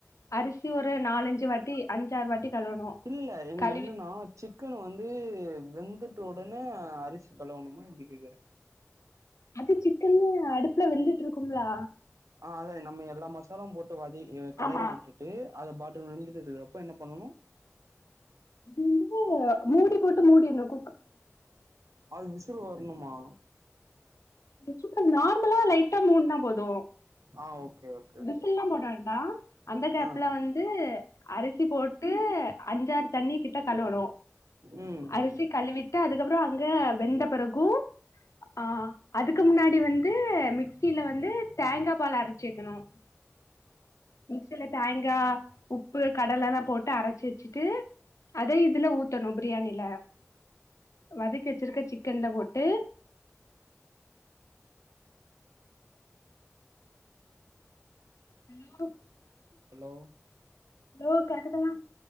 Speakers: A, on the left (about 75°); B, on the right (about 80°).
A: அரிசி ஒரு நாலஞ்சு வாட்டி அஞ்சாறு வாட்டி கழுவணு
B: இல்ல இனி
A: கழுவி
B: என்னன்னா சிக்கன் வந்து வெந்து உடனே அரிசி கலுவணுமா எப்டி கேக்குறே
A: அது சிக்கன்ல்ல அடுப்புல வெந்துட்டு இருக்கும்லா
B: ஆஹ் அதா நம்ம எல்லா மசாலாம் போட்டு வாதி களறி
A: ஆமா
B: விட்டுட்டு அத <inaudible> பாட்டரூம் வ தக்கறப்போ என்ன பண்ணணும்
A: இது வந்து மூடி போட்டு மூடிற்னும்
B: அது விசிலுவரணுமா
A: ச நார்மலா லைட்டா மூணுனா போதும்
B: ஆ ஓகே ஓகே ஓகே
A: விசில்லா போட வேண்டா அந்த கேப்ல
B: ஆ
A: வந்து அரிசி போட்டு அஞ்சாறு தண்ணி கிட்ட கழுவனு
B: ம்
A: அரிசி கழுவிட்டு அதுக்கப்ரொ அங்க வெந்த பிறகு ஆ அதுக்கு முன்னாடி வந்து மிக்ஸிசியில வந்து தேங்கா பால் அரைச்ச க்கணும் மிக்சில தேங்காய் உப்பு கடலைல்லாம் போட்டு அரைச்சு வச்சுட்டு அதே இதுல ஊத்தணும் பிரியாணியில வதக்கி வச்சிருக்க சிக்கன்ல போட்டு ஹலோ <unintelligible>
B: ஹலோ
A: ப்ரோ கேக்குதுங்ளா